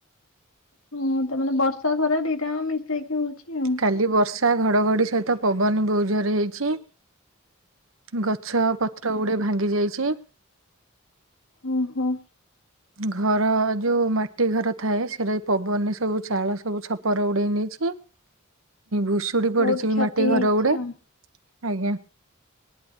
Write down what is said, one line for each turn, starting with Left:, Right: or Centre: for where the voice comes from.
Left: ହଁ ତା ମାନେ ବର୍ଷା ଖରା ଦିଟା ମିଶେଇକି ହଉଛି ଆଉ।
Right: କାଲି ବର୍ଷା ଘଡଘଡ଼ି ସହିତ ପବନ ବୋଉ ଜୋର ହେଇଛି। ଗଛ ପତ୍ର ଗୁଡେ ଭାଙ୍ଗି ଯାଇଛି।
Left: ହୁଁ ହୁଁ।
Right: ଘର ଯୋଉ ମାଟି ଘର ଥାଏ ସେଟା ପବନ ସବୁ ଚାଳ ସବୁ ଛପରେ ଉଡେଇ ନେଇଛି। ଭୁଷୁଡି
Left: ବହୁତ
Right: ପଡିଛି
Left: କ୍ଷତି
Right: ବି ମାଟି
Left: ହେଇଛି
Right: ଘର ଗୋଡେ
Left: ଆଉ।
Right: ଆଜ୍ଞା।